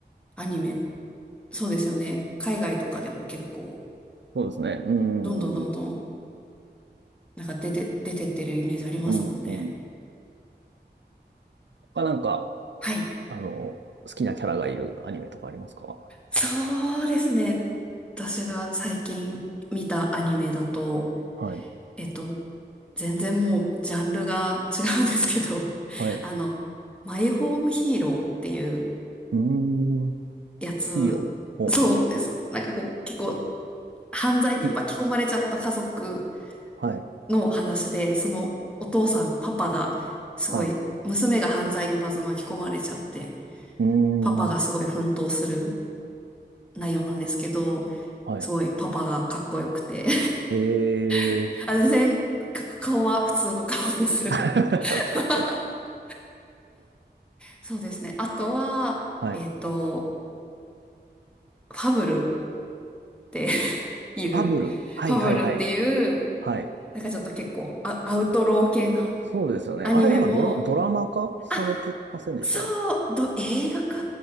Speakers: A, in the centre; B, on the right.
A: アニメ、そうですよね。海外とかでも結構、
B: そうですね。うん。
A: どんどんどんどん、
B: うん。
A: なんか出て、出てってるイメージありますもんね。
B: うん。他なんか、
A: はい。
B: あの、好きなキャラがいるアニメとかありますか
A: そうですね。私が最近見たアニメだと、
B: はい。
A: えっと、全然もうジャンルが違うんですけど、
B: はい。
A: <laughs>
B: う
A: あの、マイホームヒーローっていう
B: ーん。
A: やつ、
B: ヒーロー。ほうほう。
A: そうです。なんかこう、結構犯罪に巻き込まれちゃった家族
B: ひ、はい。
A: の話で、そのお父さん、パパが、すごい、
B: はい。
A: 娘が犯罪にまず巻き込まれちゃって、
B: うー
A: パパがすごい奮闘する。
B: ん。
A: 内容なんですけど、
B: はい。
A: すごいパパがかっこよくて
B: ええ
A: <laughs> あ、全然、か顔は普通の顔です
B: ー。
A: <laughs>
B: <laughs>
A: そうですね。あとは、
B: はい。
A: えっと、ファブルっていう、
B: ファブル。はいはいはい。
A: ファブルっていう、
B: はい。
A: なんかちょっと結構ア、アウトロー系な
B: そうですよね。
A: アニメも、
B: あれなんかドラ、ドラマ化されてませんでした
A: あ、そう、ど、映画化